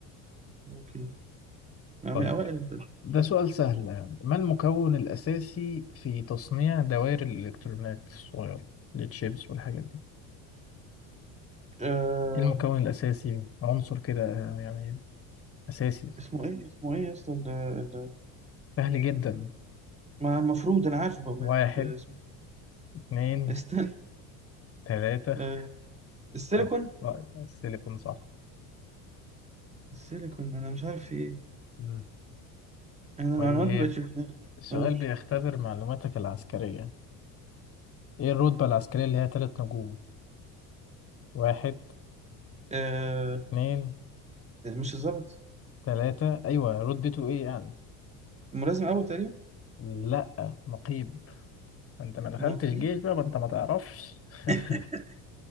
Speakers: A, on the right; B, on the left.
A: اوكي أنا
B: طيب
A: من أوائل الحاجات
B: ده سؤال
A: اللي هناك
B: سهل يعني ما المكون الأساسي في تصنيع دوائر الإلكترونات الصغيرة التشيبس والحاجات دي
A: آه...
B: إيه المكون الأساسي عنصر كده آه، يعني أساسي
A: اسمه إيه اسمه إيه يا اسطى ال- ال-
B: سهل جدا
A: ما المفروض أنا عارفه بقى
B: واحد
A: آه، اسمه
B: اتنين
A: إيه؟ استنى
B: تلاتة
A: آه... السيليكون
B: اه آه، السيليكون صح
A: السيليكون أنا مش عارف في إيه
B: مم.
A: أنا المعلومات
B: طيب
A: ما بقتش في دماغي
B: السؤال
A: أول
B: بيختبر معلوماتك العسكرية ايه الرتبة العسكرية اللي هي تلات نجوم واحد
A: آه...
B: اتنين
A: مش الظابط
B: تلاتة ايوه رتبته ايه يعني
A: الملازم أول تقريبا
B: لا نقيب انت ما دخلتش
A: نقيب
B: جيش بقى ما انت ما تعرفش <laughs>
A: <laughs>